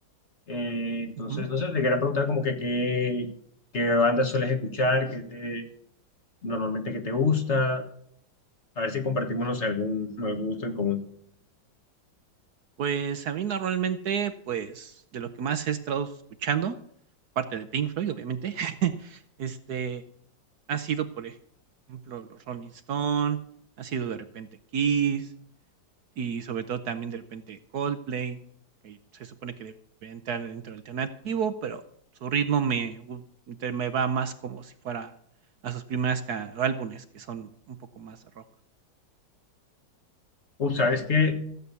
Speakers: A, on the left (about 40°); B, on the right (about 65°).
A: eh, entonces,
B: Ujú.
A: no sé, te quería preguntar como que qué, qué bandas sueles escuchar, qué te, normalmente qué te gusta, a ver si compartimos, no sé, algún, algún gusto en común.
B: Pues, a mí normalmente, pues, de lo que más he estado escuchando, aparte de Pink Floyd, obviamente, <laughs> este, ha sido, por ejemplo, los Rolling Stone, ha sido de repente Kiss y sobre todo también de repente Coldplay, que se supone que debería entrar dentro del alternativo, pero su ritmo me gu te me va más como si fuera a sus primeras ca álbumes, que son un poco más rock.
A: Uh, ¿sabes qué?